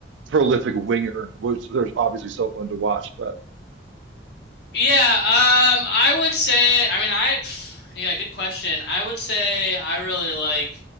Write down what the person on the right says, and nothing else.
prolific winger, which there's obviously so fun to watch. But